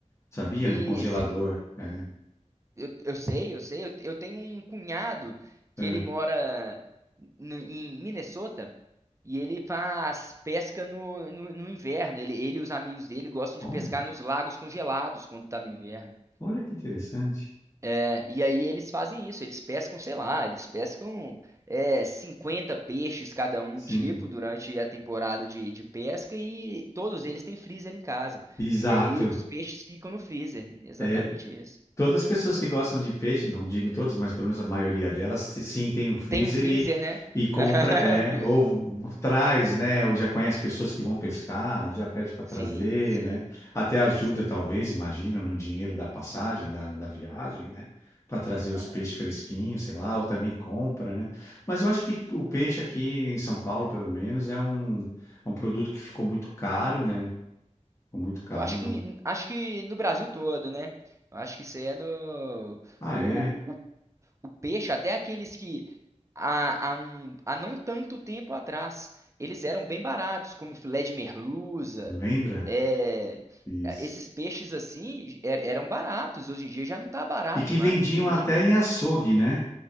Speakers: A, on the left; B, on the right.
A: Sabia?
B: E
A: No congelador.
B: se-
A: É.
B: eu, eu sei, eu sei, eu, te- eu tenho um cunhado que
A: É.
B: ele mora no- em Minnesota e ele faz pesca no, no, no inverno. Ele, ele e os amigos dele gostam de
A: Olha,
B: pescar nos lagos congelados quando tá no inverno.
A: olha que interessante.
B: É, e aí eles fazem isso, eles pescam, sei lá, eles pescam é, 50 peixes cada um
A: Sim,
B: tipo durante a temporada de, de pesca e todos eles têm freezer em casa.
A: exato.
B: E aí os peixes ficam no freezer. Exatamente
A: É,
B: isso.
A: todas as pessoas que gostam de peixe, não digo todas, mas pelo menos a maioria delas, t- sim, tem um freezer
B: Tem um freezer,
A: e,
B: né?
A: e compra,
B: <laughs>
A: é, ou traz, né? Ou já conhece pessoas que vão pescar, já pede para trazer,
B: Sim, sim,
A: né? Até ajuda,
B: sim.
A: talvez, imagino, no dinheiro da passagem, da, da viagem, né? Para trazer
B: Aham.
A: os peixes fresquinhos, sei lá, ou também compra, né? Mas eu acho que o peixe aqui em São Paulo, pelo menos, é um, é um produto que ficou muito caro, né? Ficou muito caro.
B: Eu acho que,
A: não-
B: em- acho que no Brasil todo, né? Eu acho que isso aí é no.
A: Ah,
B: O,
A: é?
B: o, o, o peixe, até aqueles que há, há, um, há não tanto tempo atrás, eles eram bem baratos, como filé de merluza.
A: Lembra?
B: é,
A: Isso.
B: é, esses peixes assim er- eram baratos. Hoje em dia já não tá barato
A: E que
B: mais,
A: vendiam
B: nem, nem
A: até em açougue, né?